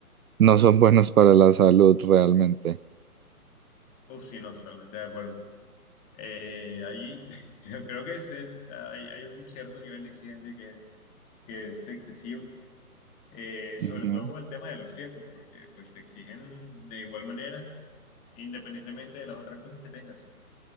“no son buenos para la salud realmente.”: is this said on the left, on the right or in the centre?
Right